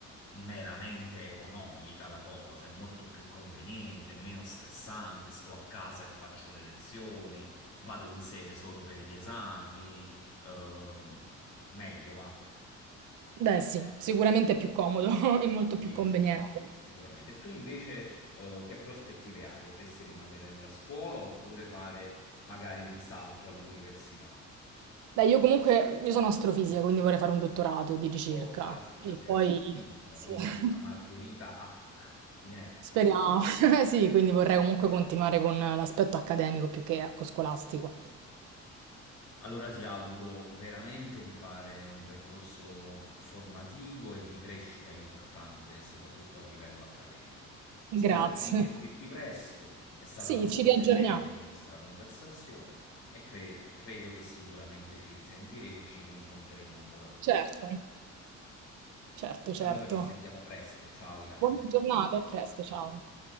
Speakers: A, on the left; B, on the right.
A: meramente economica la cosa, è molto più conveniente, è meno stressante, sto a casa e faccio le lezioni, vado in sede solo per gli esami. Ehm, Meglio va.
B: Beh sì, sicuramente è più comodo <laughs> e molto
A: Sì,
B: più conveniente.
A: sicuramente, sicuramente. E tu invece, eh, che prospettive hai? Vorresti rimanere nella scuola oppure fare magari un salto all'università?
B: Beh, io comunque io sono astrofisica, quindi vorrei fare un dottorato di ricerca.
A: Oh, caspita,
B: E
A: sei
B: poi
A: astrofisica,
B: sì,
A: quindi
B: <laughs>
A: una margherita hack in erba.
B: speriamo. <laughs> Sì, quindi vorrei comunque continuare con l'aspetto accademico più che ecco, scolastico.
A: Allora ti auguro veramente di fare un percorso f- formativo e di crescita importante, soprattutto a livello accademico. Spero
B: Grazie.
A: di risentirti presto, è stata
B: Sì,
A: molto
B: ci riaggiorniamo.
A: piacevole la nostra conversazione e cre- credo che sicuramente ci risentiremo e ci confronteremo ancora su
B: Certo,
A: questi.
B: certo, certo.
A: Allora ci sentiamo presto, ciao Ilaria,
B: Buona giornata,
A: a presto,
B: a presto,
A: ciao.
B: ciao.
A: ciao.